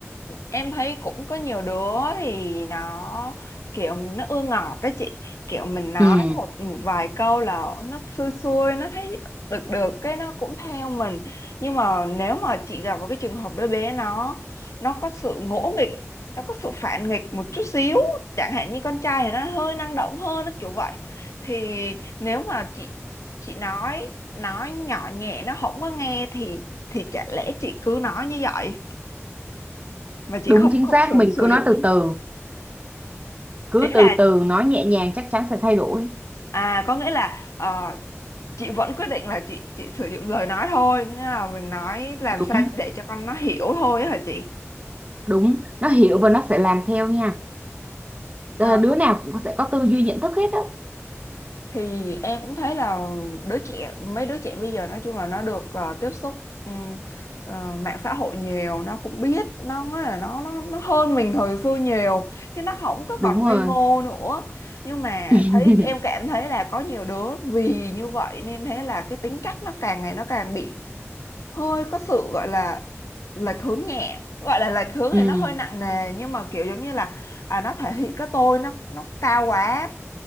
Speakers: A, on the left; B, on the right.
A: em thấy cũng có nhiều đứa thì nó kiểu nó ưa ngọt đó chị kiểu mình nói
B: ừ
A: một, một vài câu là nó xui xui nó thấy được được cái nó cũng theo mình nhưng mà nếu mà chị gặp một cái trường hợp đứa bé nó nó có sự ngỗ nghịch nó có sự phản nghịch một chút xíu chẳng hạn như con trai thì nó hơi năng động hơn nó kiểu vậy thì nếu mà chị chị nói nói nhỏ nhẹ nó không có nghe thì thì chả lẽ chị cứ nói như vậy mà chị
B: đúng
A: không
B: chính
A: không
B: xác
A: sử
B: mình
A: sử
B: cứ nói
A: dụng
B: từ từ cứ
A: ý
B: từ
A: là
B: từ nói nhẹ nhàng chắc chắn sẽ thay đổi
A: à có nghĩa là ờ, chị vẫn quyết định là chị chị sử dụng lời nói thôi nghĩa là mình nói làm
B: đúng
A: sao để cho con nó hiểu thôi á hả chị
B: đúng nó hiểu và nó sẽ làm theo nha Đ-
A: Ờ.
B: đứa nào cũng sẽ có tư duy nhận thức hết á,
A: thì em cũng thấy là đứa trẻ mấy đứa trẻ bây giờ nói chung là nó được ờ, tiếp xúc ừm, ờ, mạng xã hội nhiều nó cũng biết nó nói là nó nó nó hơn mình thời xưa nhiều thì nó không có
B: đúng
A: còn ngây
B: rồi
A: ngô nữa nhưng mà
B: <laughs>
A: thấy em cảm thấy là có nhiều đứa vì như vậy nên thế là cái tính cách nó càng ngày nó càng bị hơi có sự gọi là lệch hướng nhẹ gọi là lệch hướng
B: ừ
A: thì nó hơi nặng nề nhưng mà kiểu giống như là à, nó thể hiện cái tôi nó nó cao quá